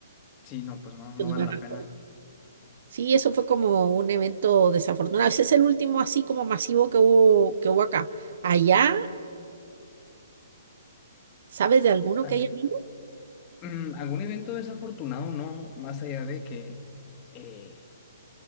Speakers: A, on the left; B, on the right.
A: sí, no, pues no, no
B: Yo no
A: vale
B: me
A: la
B: recuerdo.
A: pena.
B: Sí, eso fue como un evento desafortunado. Ese es el último así como masivo que hubo, que hubo acá. Allá, ¿sabes de alguno
A: Ac-
B: que haya habido?
A: mm, ¿Algún evento desafortunado, no? Más allá de que eh,